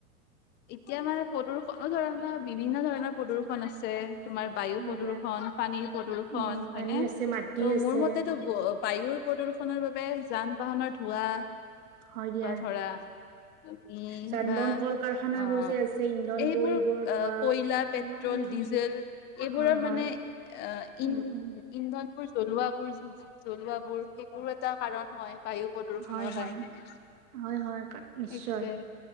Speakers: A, on the left (about 25°); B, on the right (about 75°).
A: এতিয়া মানে প্ৰদূ্ষণো ধৰা বিভিন্ন ধৰণৰ প্ৰদূ্ষণ আছে। তোমাৰ বায়ু
B: হয়
A: প্ৰদূষণ,
B: দিয়া
A: পানীৰ প্ৰদূ্ষণ
B: উম পানী
A: হয়নে,
B: আছে মাটি
A: ত'
B: আছে
A: মোৰ মতেতো বায়ুৰ প্ৰদূষণৰ বাবে যান বাহনৰ ধোঁৱা।
B: হয় দিয়া
A: বা ধৰা উম
B: যান
A: বা
B: বাহন কল কাৰখানাবোৰ
A: অ',
B: যে আছে ইন্ধন
A: এইবোৰ
B: বোৰ ধোৱা
A: অ' কয়লা, পেট্ৰল,
B: কিমান ন
A: ডিজেল এইবোৰৰ
B: হয় হয়
A: মানে অ', ইন্ধ-ইন্ধনবোৰ
B: উম উম
A: জ্বলোৱাবোৰ যে জ্বলোৱাবোৰ সেইবোৰ এটা কাৰণ হয় বায়ু প্ৰদূ্ষণৰ
B: হয় হয়
A: কাৰণে সেইটোৱে।
B: হয় হয় নিশ্চয়